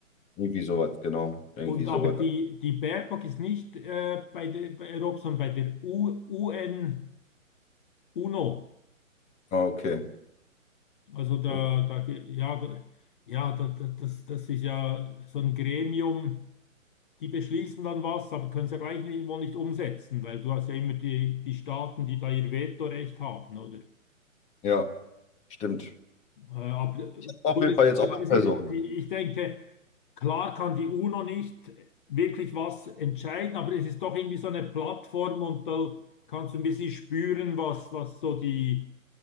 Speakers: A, on the left; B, on the left.
A: Irgendwie sowas, genau. Irgendwie
B: Und
A: sowas.
B: aber die, die Baerbock ist nicht äh, bei der bei Europa, sondern bei der U UN UNO.
A: Ah, Okay.
B: Also da,
A: So.
B: da, ja, da, ja, da, da, das, das ist ja so ein Gremium, die beschließen dann was, aber können es ja gleich nicht, wohl nicht umsetzen, weil du hast ja immer die, die Staaten, die da ihr Vetorecht haben, oder? Äh,
A: Ja, stimmt.
B: aber äh,
A: Auf
B: gut,
A: jeden
B: es,
A: Fall
B: es,
A: jetzt auch eine Person.
B: ist- ich denke, klar kann die UNO nicht wirklich was entscheiden, aber es ist doch irgendwie so eine Plattform und da kannst du ein bisschen spüren, was, was so die